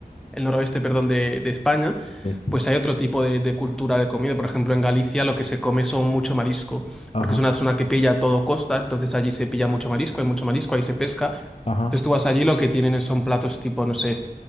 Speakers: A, in the centre; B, on the left.
A: el noroeste, perdón, de, de España,
B: Sí.
A: pues hay otro tipo de, de cultura de comida. Por ejemplo, en Galicia lo que se come son mucho marisco,
B: Ajá.
A: porque es una zona que pilla todo costa, entonces allí se pilla mucho marisco, hay mucho marisco, ahí se pesca.
B: Ajá.
A: Entonces tú vas allí, lo que tienen son platos tipo, no sé,